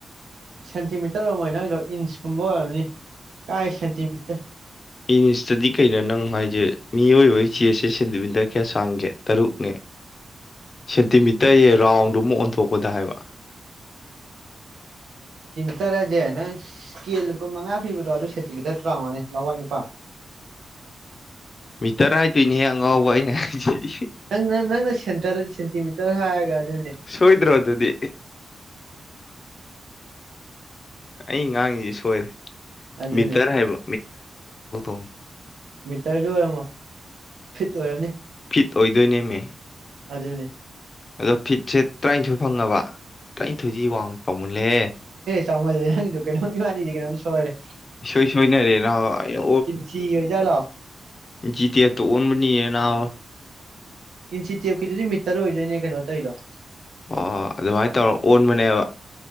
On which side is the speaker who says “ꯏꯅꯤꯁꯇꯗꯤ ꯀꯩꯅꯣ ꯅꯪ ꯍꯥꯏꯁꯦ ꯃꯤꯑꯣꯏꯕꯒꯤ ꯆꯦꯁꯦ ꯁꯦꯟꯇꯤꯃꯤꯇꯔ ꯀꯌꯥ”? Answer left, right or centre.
Left